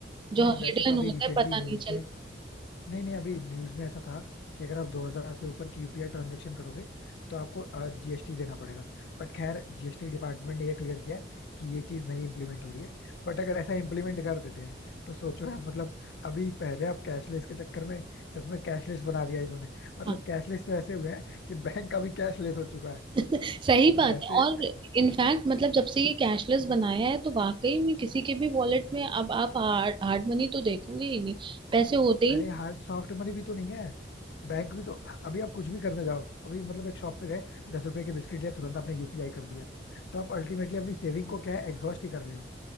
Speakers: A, on the right (about 25°); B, on the left (about 65°).
A: जो
B: नहीं वैसे
A: हिडन
B: तो अभी
A: होता
B: रिसेंटली
A: है पता
B: न्यूज
A: नहीं चलता
B: में नहीं नहीं अभी न्यूज में ऐसा था कि अगर आप 2000 से ऊपर की यूपीआई ट्रांजेक्शन करोगे तो आपको जीएसटी देना पड़ेगा बट खैर जीएसटी डिपार्टमेंट ने ये क्लियर किया है कि ये चीज नहीं इम्प्लीमेंट हो रही है बट अगर ऐसा इम्प्लीमेंट कर देते हैं तो सोचो यार मतलब अभी पहले आप कैशलेस के चक्कर में सच में कैशलेस बना दिया इन्होंने मतलब
A: हाँ
B: कैशलेस तो ऐसे हुए हैं कि <laughs> बैंक का भी कैशलेस हो चुका है
A: <laughs> सही बात
B: वैसे
A: है और इनफैक्ट मतलब जब से ये कैशलेस बनाया है तो वाकई में किसी के भी वॉलेट में अब आप हार्ड मनी तो देखोगे ही नहीं पैसे होते ही
B: अरे हार्ड सॉफ्ट मनी भी तो नहीं है बैंक भी तो अभी आप कुछ भी करने जाओ अभी मतलब एक शॉप पे गए दस रुपए के बिस्किट लिया तुरंत आपने यूपीआई कर दिया तो आप अल्टीमेटली अपनी सेविंग को क्या है एग्जॉस्ट ही कर रहे हो